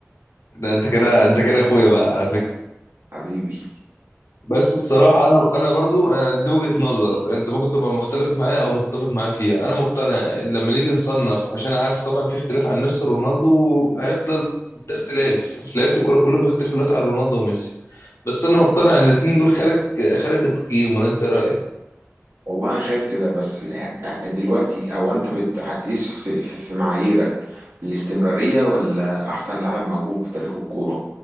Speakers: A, on the left; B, on the right.
A: ده انت كده انت كده اخويا بقى على فكره
B: حبيبي
A: بس الصراحه انا انا برضو انا دي وجهه نظر انت ممكن تبقى مختلف معايا او متفق معايا فيها انا مقتنع ان لما نيجي نصنف عشان عارف طبعا في اختلاف عن ميسي ورونالدو هيفضل ده اختلاف في لعيبه الكوره كلهم بيختلفوا دلوقتي عن رونالدو وميسي بس انا مقتنع ان الاثنين دول خارج خارج التقييم ولا انت إيه رايك
B: والله انا شايف كده بس دلوقتي او انت بت- هتقيس في, في, في معاييرك الاستمراريه ولا احسن لاعب موهوب في تاريخ الكوره